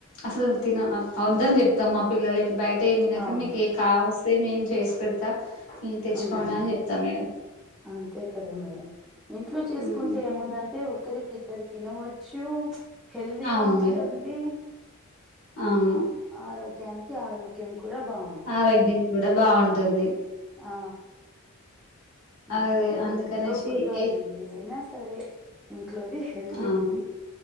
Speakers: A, on the left; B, in the centre.
A: అసలు తిన వద్దు అని చెప్తాం మా పిల్లలకి బయట ఏం తినక
B: ఆ,
A: మీకి ఏ కావాల్స్తే మేం చేసి పెడుత నేను తెచ్చుకొండి
B: ఉమ్.
A: అని చెప్తా మేడం
B: అంతే కదా మేడం ఇంట్లో చేసుకుంటే
A: హ్మ్
B: ఏముందంటే ఒకరికి ఇద్దరు తినవచ్చు. హెల్తీగా
A: అవును మేడం
B: ఉంటుంది
A: అవును
B: ఆరోగ్యానికి ఆరోగ్యం కూ డా బాగుంటుంది
A: ఆరోగ్యం కూడా బాగుంటుంది
B: ఆ ఇంట్లో
A: అది అందుకనేసి
B: ఇంట్లో ఫుడ్డు అది
A: ఏ
B: ఏదైనా సరే ఇంట్లోది హెల్ది
A: అవును